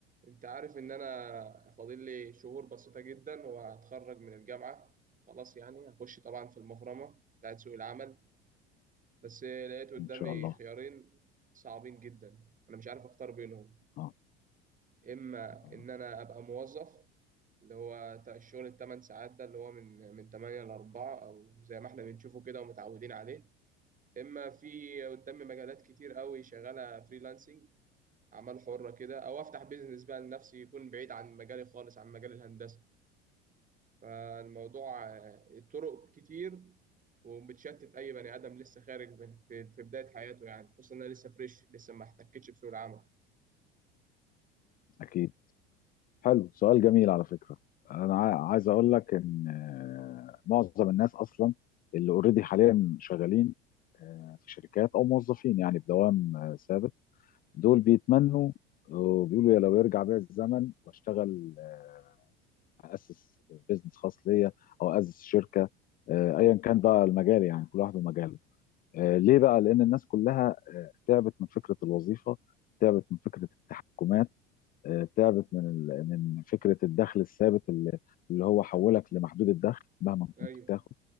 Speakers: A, on the right (about 25°); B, on the left (about 30°).
A: انت عارف ان انا فاضل لي شهور بسيطة جدا وهتخرج من الجامعة خلاص يعني هخش طبعا في المفرمة بتاعت سوق العمل بس لقيت قدامي
B: ان شاء الله
A: خيارين صعبين جدا انا مش عارف اختار بينهم
B: اه
A: اما
B: آه،
A: ان انا ابقى موظف اللي هو تا- الشغل الثمان ساعات ده اللي هو من من 8 ل 4 او زي ما احنا بنشوفه كده ومتعودين عليه اما في قدامي مجالات كتير قوي شغالة فريلانسنج اعمال حرة كده او افتح بيزنس بقى لنفسي يكون بعيد عن مجالي خالص عن مجال الهندسة فالموضوع آه، الطرق كتير وبتشتت اي بني ادم لسه خارج من في, في بدايه حياته يعني خصوصا انا لسه فريش لسه ما احتكتش بسوق العمل
B: اكيد حلو سؤال جميل على فكره انا عا- عايز اقول لك ان آه، معظم الناس اصلا اللي اوريدي حاليا شغالين آه، في شركات او موظفين يعني بدوام آه، ثابت دول بيتمنوا وبيقولوا يا لو يرجع بيا الزمن واشتغل آه، اسس بيزنس خاص ليا او اسس شركه آه، ايا كان بقى المجال يعني كل واحد ومجاله آه، ليه بقى لان الناس كلها تعبت من فكره الوظيفه تعبت من فكره التحكمات آه، تعبت من ال- من فكره الدخل الثابت اللي اللي هو حولك لمحدود الدخل مهما كنت
A: ايوه
B: بتاخد